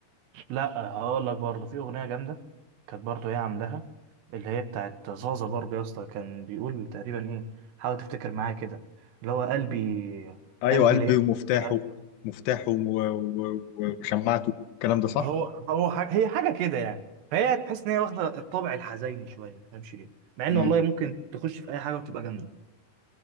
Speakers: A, on the right; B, on the left.
A: لا هقول لك برضه في اغنية جامدة كانت برضه هي عاملاها اللي هي بتاعت زازا برضه يا اسطى كان بيقول تقريبا ايه حاول تفتكر معايا كده اللي هو قلبي
B: ايوه
A: قلبي
B: قلبي
A: لقيت
B: ومفتاحه
A: مش عارف
B: مفتاحه و- و- و- وشماعته الكلام ده صح؟
A: هو هو حاجة هي حاجة كده يعني فهي تحس ان هي واخدة الطابع الحزيني شوية ما تفهمش ليه مع ان
B: مم.
A: والله ممكن تخش في اي حاجة وتبقى جامدة